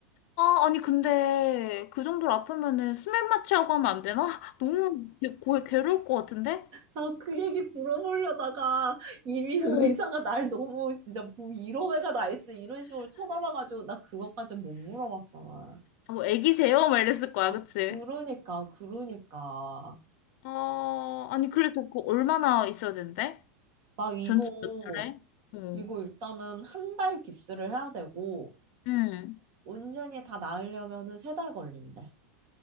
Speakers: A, on the left; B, on the right.
A: 아, 아니, 근데 그 정도로 아프면은 수면 마취하고 하면 안 되나? <laughs> 너무 되- 고- 괴로울 것 같은데?
B: 나 그 얘기 물어보려다가 이미 의사가
A: 어.
B: 날 너무 진짜 뭐 이런 애가 나 있어 이런 식으로 쳐다봐가지고 나 그것까지 못 물어봤잖아.
A: 아, 뭐 애기세요? 막 이랬을 거야,
B: 아
A: 그치?
B: 그러니까 그러니까
A: 아, 아니, 그래서 그거 얼마나 있어야 된대?
B: 나 이거
A: 전체 몇 주래? 어.
B: 이거 일단은 한 달 깁스를 해야 되고
A: 응.
B: 온전히 다 나으려면은 세 달 걸린대.